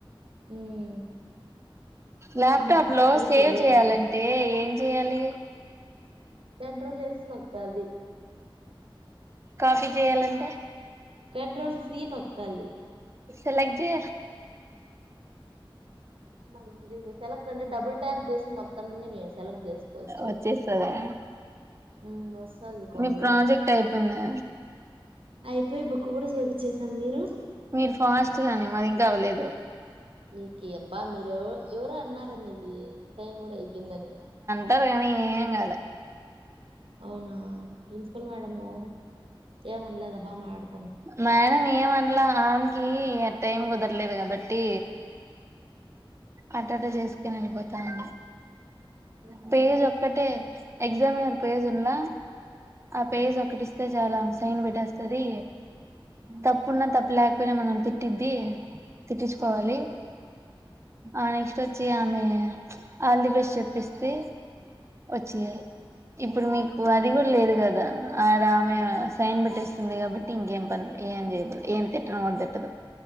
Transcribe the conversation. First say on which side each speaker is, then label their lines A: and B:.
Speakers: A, on the right; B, on the right.
A: ఉమ్
B: ల్యాప్టాప్ లో సేవ్
A: దిగలేదా
B: చేయాలంటే ఏం చెయాలి
A: కంట్రోల్ ఎస్ నోక్కాలి
B: కాపి చెయ్యాలంటే
A: కంట్రోల్ సీ నోక్కాలి
B: సెలెక్ జె
A: నాక్ తెలీదు సెలెక్ట్ అంటే డబుల్ ట్యాప్ చేసి మొత్తంన్ని నేను సెలెక్ట్ చేసుకోవచ్చు
B: వచ్చేస్తదా
A: ఉమ్ వస్తది కొంలే
B: మీ ప్రాజెక్ట్ అయిపోయిందా
A: అయిపోయ్ బుక్కు కూడా చేపిచ్చేసాం మీరు
B: మీరు ఫాస్ట్ గానీ మాది ఇంకా అవ్వలేదు
A: నీకీ అబ్బా మీరు ఎవరో అన్నారండి ఇది సైన్ కూడా అయిపోయిందని
B: టర్గాని ఏం కాలే
A: అవునా ప్రిన్సిపల్ మేడము ఏమన్లేదా బామట్డ్
B: మేడమ్ ఏమన్లా ఆమ్కి టైం కుదరలే కాబట్టి ఆట్టట చేసుకొని వెళ్ళిపోతా అనీ
A: ఉహు,
B: పేజ్
A: అంటే
B: ఒక్కటే ఎగ్జామినర్ పేజ్ ఉలా ఆ పేజ్ ఓక్ కుటిస్తే చాల్ అం సైన్ పెట్టేస్తది. తప్పున్నా తప్ లేకపోయినా మనం తిట్టిద్ది తిట్టించ్కోవాలి ఆ నెక్స్ట్ ఒచ్చి ఆమె ఆల్ది బెస్ చెప్పిస్తీ ఒచ్చియలే ఇప్పుడు మీకు అది కూడా లేదు కదా ఆడ ఆమె సైన్ పెట్టటిస్తుంది కాబట్టి ఇంకేం పన్లే ఏం చేయకుల్లి ఏన్ తిట్టనో తిట్టదు